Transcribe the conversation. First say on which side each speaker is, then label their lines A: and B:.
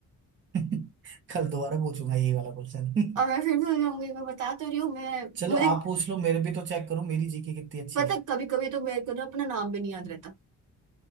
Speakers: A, on the right (about 40°); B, on the right (about 75°).
A: <laughs> कल दोबारा पूछूंगा यही वाला क्वेश्चन <laughs>
B: और मैं फिर भूल जाऊंगी मैं बता तो रही हूँ मैं
A: चलो
B: मुझे
A: आप पूछ लो मेरे भी तो चेक करो मेरी जीके कितनी अच्छी
B: पता
A: है
B: कभी कभी तो मेरे को ना अपना नाम भी नहीं याद रहता